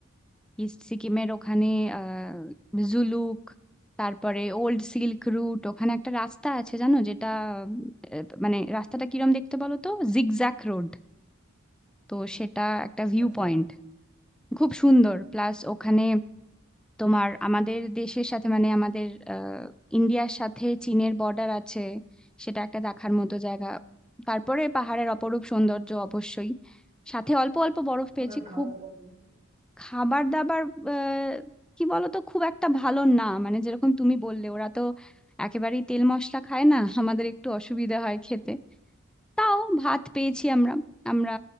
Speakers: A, in the centre; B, on the right (about 35°).
A: ইস্ট সিকিমের ওখানে আহ জুলুক তারপরে ওল্ড সিল্ক রুট ওখানে একটা রাস্তা আছে জানো যেটা আহ, মানে রাস্তাটা কিরম দেখতে বলো তো জিগজ্যাক রোড তো সেটা একটা ভিউ
B: আচ্ছা
A: পয়েন্ট খুব সুন্দর প্লাস ওখানে তোমার আমাদের দেশের সাথে মানে আমাদের আহ, ইন্ডিয়ার সাথে চীনের বর্ডার আছে সেটা একটা দেখার মতো জায়গা তারপরে পাহাড়ের অপরূপ সৌন্দর্য অবশ্যই সাথে অল্প অল্প বরফ
B: মানে
A: পেয়েছি
B: খাওয়া
A: খুব
B: দাওয়া বলতে
A: খাবার দাবার আহ, কি বলতো খুব একটা ভালো না মানে যেরকম তুমি বললে ওরা তো একেবারেই তেল মশলা খায় না <laughs> আমাদের একটু অসুবিধা হয় খেতে তাও ভাত পেয়েছি আমরা আমরা